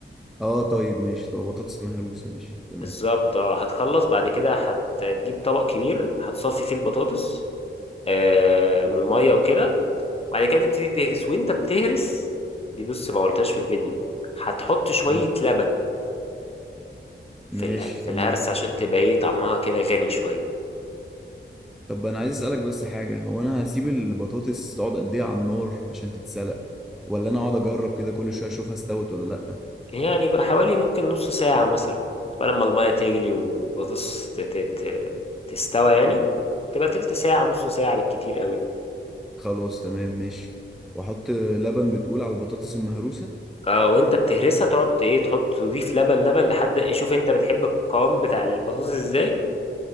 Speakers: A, in the centre; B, on the left.
A: اه طيب ماشي تبقى بطاطس مهروسة ماشي تمام
B: بالظبط اه هتخلص بعد كده هتجيب طبق كبير هتصفي فيه البطاطس آه من المية وكده بعد كده تبتدي تهرس وانت بتهرس دي بص ما قلتهاش في الفيديو هتحط شوية
A: تمام
B: لبن
A: ماشي
B: في اله- في
A: تمام
B: الهرس عشان تبقى ايه طعمها كده غني شوية
A: طب انا عايز اسالك بس حاجة هو انا هسيب البطاطس تقعد قد ايه على النار عشان تتسلق ولا انا اقعد اجرب كده كل شوية اشوفها استوت ولا لا
B: يعني بقى حوالي ممكن نص ساعة مثلا قبل ما المية تغلي وبطس ت- ت- ت- تستوى يعني تبقى تلت ساعة نص ساعة بالكتير قوي
A: خلاص تمام ماشي واحط لبن بتقول على البطاطس المهروسة
B: اه وانت بتهرسها تقعد ايه تحط تضيف لبن لبن لحد شوف انت بتحب القوام بتاع البطاطس ازاي